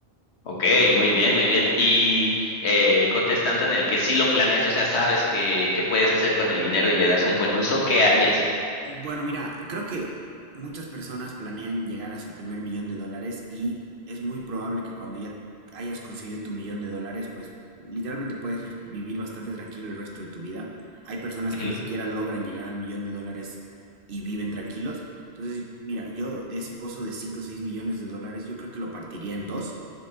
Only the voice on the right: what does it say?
Bueno, mira, creo que muchas personas planean llegar a su primer millón de dólares y es muy probable que cuando ya hayas conseguido tu millón de dólares, pues literalmente puedes vivir bastante tranquilo el resto de tu vida. Hay personas
que ni siquiera logran llegar al millón de dólares y viven tranquilos. Entonces, mira, yo de ese pozo de 5, o 6 millones de dólares, yo creo que lo partiría en dos